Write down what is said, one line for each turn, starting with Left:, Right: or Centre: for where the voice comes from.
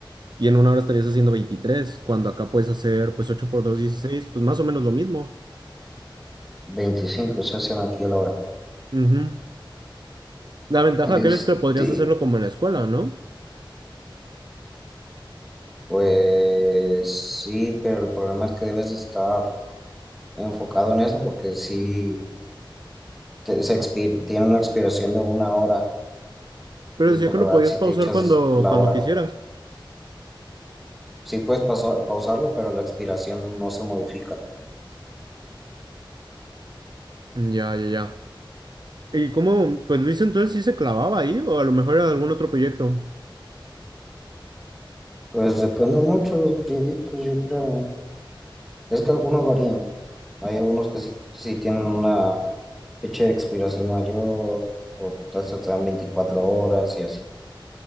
Right: y en una hora estarías haciendo 23 cuando acá puedes hacer pues 8 por 2 16 pues más o menos lo mismo.
Centre: 25 se hacen aquí a la hora.
Right: Ujú. La ventaja
Centre: Este.
Right: que es que podrías hacerlo como en la escuela, ¿no?
Centre: Pues sí, pero el problema es que debes de estar enfocado en eso porque sí te- se expi- tiene una expiración de una hora
Right: Pero
Centre: y
Right: decía
Centre: pues
Right: que
Centre: la
Right: lo
Centre: verdad
Right: podías
Centre: si
Right: pausar
Centre: te echas
Right: cuando,
Centre: la
Right: cuando
Centre: hora,
Right: quisieras.
Centre: sí puedes paso- pausarlo, pero la expiración no se modifica.
Right: Mm, Ya, ya, ya. ¿Y cómo, pues Luis entonces sí se clavaba ahí o a lo mejor era algún otro proyecto?
Centre: Pues depende mucho de los proyectos, yo creo. Es que algunos varían. Hay algunos que sí, sí tienen una fecha de expiración mayor o hasta te dan 24 horas y así,